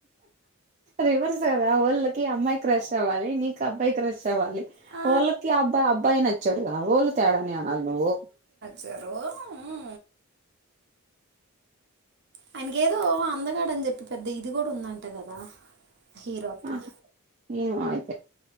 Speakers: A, on the right (about 30°); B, on the right (about 50°).
A: రివర్స్ కదా ఓళ్ళకి అమ్మాయి క్రష్ అవ్వాలి నీకు అబ్బాయి క్రష్ అవ్వాలి
B: "ఆ,
A: వాళ్ళకి అబ్బాయి అబ్బాయి నచ్చాడుగా వాళ్ళు తేడాని అనాలి నువ్వు
B: జరో ఉ ఉ ఆయనకు ఏదో అందగాడ అని చెప్పి పెద్ద ఇది కూడా ఉందంట కదా హీరోకి
A: ఆహా ఏమో అయితే